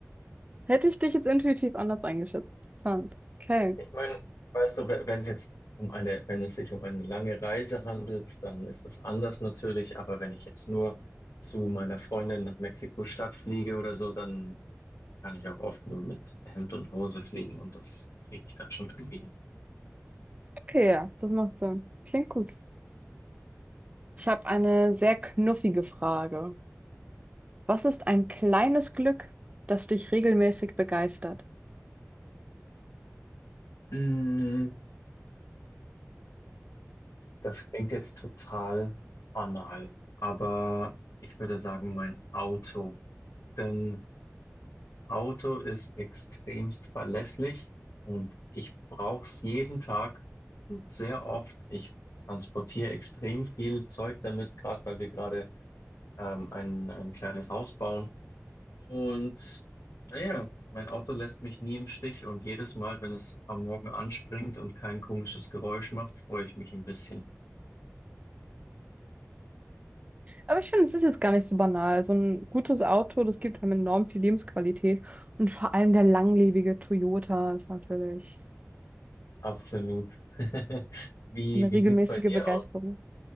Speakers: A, on the right; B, on the left.
A: Hätte ich dich jetzt intuitiv anders eingeschätzt. Interessant. Okay.
B: Ich meine, weißt du, wenn wenn es jetzt um eine, wenn es sich um eine lange Reise handelt, dann ist das anders natürlich, aber wenn ich jetzt nur zu meiner Freundin nach Mexiko-Stadt fliege oder so, dann kann ich auch oft nur mit Hemd und Hose fliegen und das kriege ich dann schon irgendwie hin.
A: Okay, ja, das macht Sinn. Klingt gut. Ich habe eine sehr knuffige Frage. Was ist ein kleines Glück, das dich regelmäßig begeistert?
B: Mm, Das klingt jetzt total banal, aber ich würde sagen, mein Auto. Denn Auto ist extremst verlässlich und ich brauche es jeden Tag und sehr oft. Ich transportiere extrem viel Zeug damit, gerade weil wir gerade ähm, ein, ein kleines Haus bauen. Und naja, mein Auto lässt mich nie im Stich und jedes Mal, wenn es am Morgen anspringt und kein komisches Geräusch macht, freue ich mich ein bisschen.
A: Aber ich finde, es ist jetzt gar nicht so banal. So ein gutes Auto, das gibt einem enorm viel Lebensqualität. Und vor allem der langlebige Toyota ist natürlich
B: Absolut. <laughs> Wie,
A: eine
B: wie
A: regelmäßige
B: sieht's bei dir
A: Begeisterung.
B: aus?